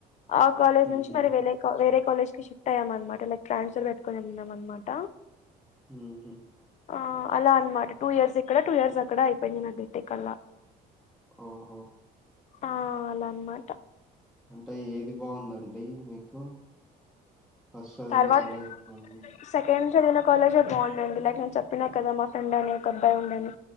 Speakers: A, on the left; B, in the centre.
A: ఆ కాలేజ్
B: హుహు.
A: నుంచి మరి వేరే వేరే కాలేజ్ కి షిఫ్ట్ అయమానమాట లైక్ ట్రాన్స్ఫర్ పెట్ క్కదినమనమనమాట
B: ఊహు
A: ఆ అలా అనమాట టూ ఇయర్స్ ఇక్కడ టూ ఇయర్స్ అక్కడ అయిపోయింది నా బీటేక్ అలా
B: ఓహో
A: ఆ అలా అనమ్మాట
B: అంటే ఏది బాగుందండి మీకు ఫస్ట్ చదిన
A: తర్వాత
B: కాలేజ్ బ
A: సెకండ్ జదివిన కాలేజే బాగుండండి లైక్ నేను చెప్పినా కదా మా ఫ్రెండ్ అని ఒక అబ్బాయి ఉండని